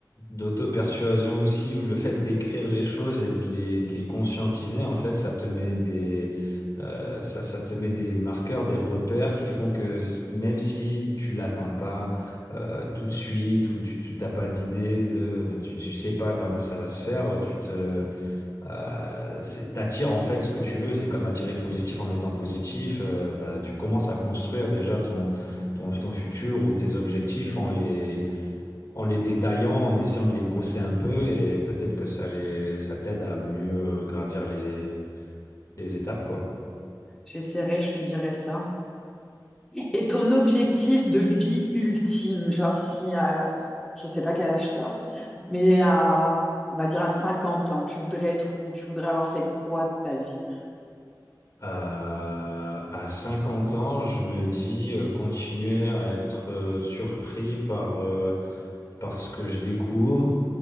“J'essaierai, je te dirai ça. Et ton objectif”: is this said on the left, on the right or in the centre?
Centre